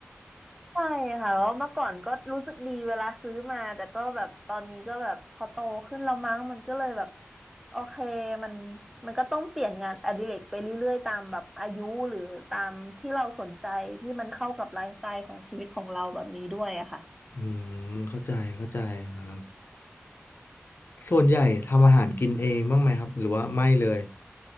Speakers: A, in the centre; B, on the left (about 50°).
A: ใช่ค่ะเพราะเมื่อก่อนก็รู้สึกดีเวลาซื้อมา แต่ก็แบบตอนนี้ก็แบบพอโตขึ้นแล้วมั้งมันก็เลยแบบโอเคมันมันก็ต้องเปลี่ยนงานอดิเรกไปเรื่อยๆตามแบบอายุหรือตามที่เราสนใจที่มันเข้ากับไลฟ์สไตล์ของชีวิตของเราแบบนี้ด้วยอะค่ะ
B: อืมเข้าใจเข้าใจครับส่วนใหญ่ทำอาหารกินเองบ้างไหมครับหรือว่าไม่เลย